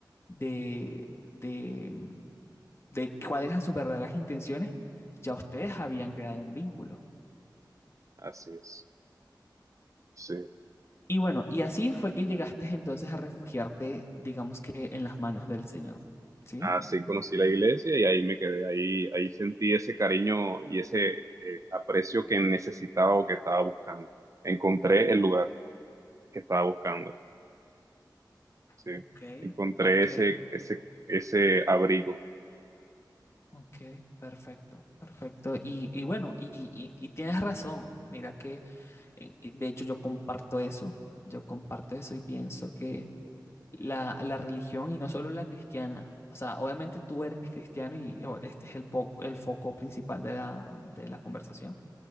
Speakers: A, on the left; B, on the right.
A: de, de, de cuáles eran sus verdaderas intenciones, ya ustedes habían creado un vínculo.
B: Así es. Sí.
A: Y bueno, y así fue que llegaste entonces a refugiarte, digamos que en las manos del Señor, ¿sí?
B: Así conocí la iglesia y ahí me quedé, ahí, ahí sentí ese cariño y ese eh, aprecio que necesitaba o que estaba buscando. Encontré el lugar que estaba buscando, sí.
A: Ok,
B: Encontré
A: Ok,
B: ese, ese, ese abrigo.
A: ok, perfecto, perfecto. Y, y bueno, y, y- y tienes razón. Mira que, eh, eh, de hecho, yo comparto eso, yo comparto eso y pienso que la, la religión y no solo la cristiana, o sea, obviamente tú eres cristiano y oh, este es el, po- el foco principal de la, de la conversación,